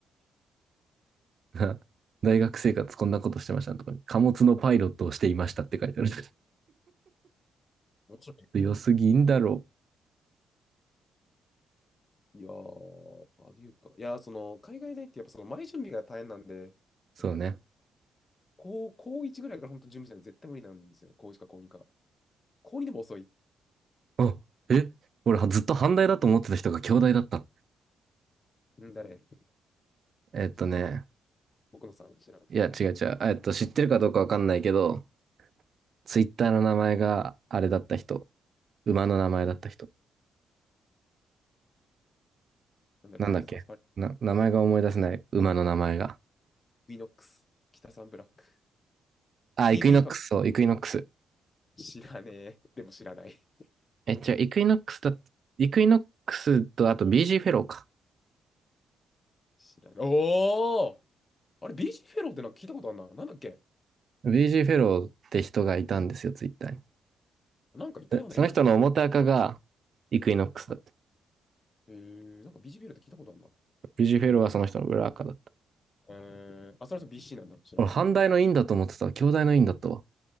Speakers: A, on the right; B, on the left.
A: <laughs> 大学生活こんなことしてましたとかに、貨物のパイロットをしていましたって書いてある。
B: 面白い。
A: <laughs> 良すぎんだろう。
B: いやー、パデューか。いやー、その、海外大ってやっぱその前準備が大変なんで、
A: そうね。
B: やっぱり、高、高1ぐらいから本当準備しないと絶対無理なんですよね。高1か高2か。高2でも遅い。
A: あ、え俺ずっと反対だと思ってた人が兄弟だった。
B: うん、誰
A: えっとね、
B: 知らんけど。僕のさん知らん。うん。
A: いや違う違う。えっと、知ってるかどうかわかんないけど、ツイッターの名前があれだった人。馬の名前だった人。
B: なんだろう、
A: なんだっけな、
B: クリスマスパーティ
A: 名前が思い出せない。馬の名前が。
B: ー、ウィノックス、北サンブラック、
A: あ、
B: ディープインパクト、
A: イクイノックス、そう、イクイノックス。
B: 知らねえ。でも知らない。
A: え、違う、イクイノックスだ、イクイノックスと、あと BG フェローか。
B: 知らない。おーあれ、ビージーフェローってなんか聞いたことあんな。なんだっけ
A: BG フェローって人がいたんですよ、ツイッターに。
B: なんかいたような、
A: でその人の表赤が
B: いなかったな。
A: イクイノックスだった。
B: あ、えー、なんかビージーフェローって聞いたことあんな。
A: BG フェローはその人の裏赤だった。
B: ななんかえー、あ、それは BC なんだ。知らんけど。
A: 俺、反対の院だと思ってたわ。兄弟の院だったわ。